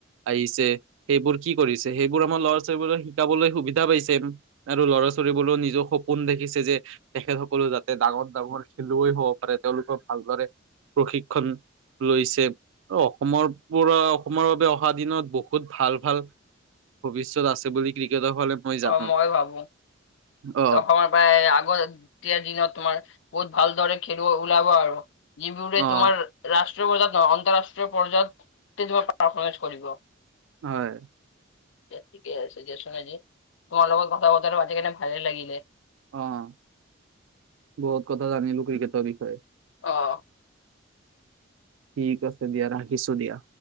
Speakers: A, on the right; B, on the left.
A: আহিছে, সেইবোৰ কি কৰিছে সেইবোৰ আমাৰ ল'ৰা-ছো টেবুলত শিকাবলৈ সুবিধা পাইছে আৰু ল'ৰা- ছোৱালী বোৰেও নিজৰ সপোন দেখিছে যে তেখেত সকলেও যাতে ডাঙৰ, ডাঙৰ খেলুৱৈ হ'ব পাৰে তেওঁলোকৰ ভালদৰে প্ৰশিক্ষণ। লৈছে অসমৰ পৰা অসমৰ বাবে অহা দিনত বহুত ভাল ভাল ভৱিষ্যত আছে। বুলি ক্ৰিকেটৰ ফালে জানো
B: অ' মই ভাবো। অসমৰ
A: অ
B: প্ৰায় আগত এতিয়াৰ দিনত তোমাৰ বহুত ভালদৰে খেলুৱ ওলাব আৰু যিবোৰে
A: অ
B: তোমাৰ ৰাষ্ট্ৰীয় পৰ্যায়ত নহয় অন্তঃৰাষ্ট্ৰীয় পৰ্যায়ত তোমাৰ পাৰফৰ্মেঞ্চ কৰিব।
A: হয়।
B: এতিয়া ঠিকে আছে দিয়াচোন, এনেই তোমাৰ লগত কথা বতৰাটো পাতি কিনে ভালেই লাগিলে।
A: অ' বহুত কথা জানিলো ক্ৰিকেটৰ বিষয়ে।
B: অ'।
A: ঠিক আছে দিয়া ৰাখিছো দিয়া।